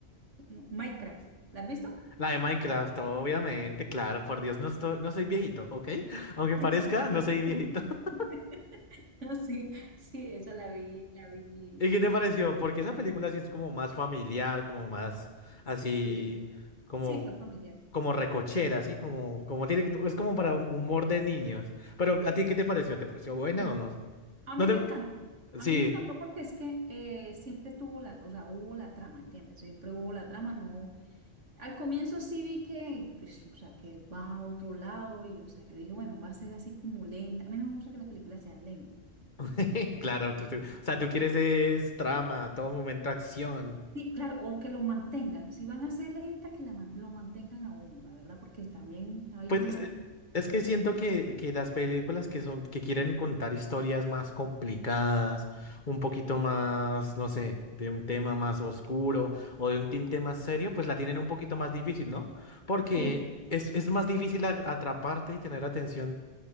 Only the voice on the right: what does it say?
no, Minecraft. ¿La has visto?
Sí.
Sí,
<laughs>
sí, sí, esa la vi, la vi.
Sí,
sí, fue familiar.
No,
a
mí
me encantó. A
mí me encantó porque es que eh, siempre tuvo la, o sea, hubo la trama, ¿entiendes? Siempre hubo la trama, no. Al comienzo sí vi que, pues, o sea, que él va a otro lado y, o sea, yo dije, bueno, va a ser así como lenta. A mí no me gusta que las películas sean lentas.
Sí, claro, o que lo mantengan. Si van a ser lentas, que la man- lo mantengan a uno, la verdad, porque también hay
uno.
Sí,